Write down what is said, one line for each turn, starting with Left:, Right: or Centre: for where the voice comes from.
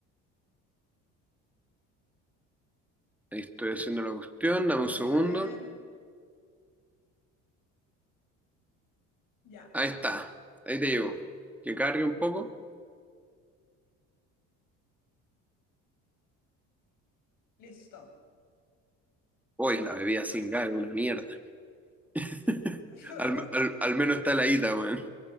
Centre: Ahí estoy haciendo la cuestión, dame un
Left: A
Centre: segundo.
Left: ver, a ver. Ya,
Centre: Ahí está, ahí te llevo. Que cargue un poco.
Left: listo.
Centre: Uy, la bebida sin gas es una mierda. <laughs>
Left: <laughs>
Centre: Al, al- al menos está la ita, weón.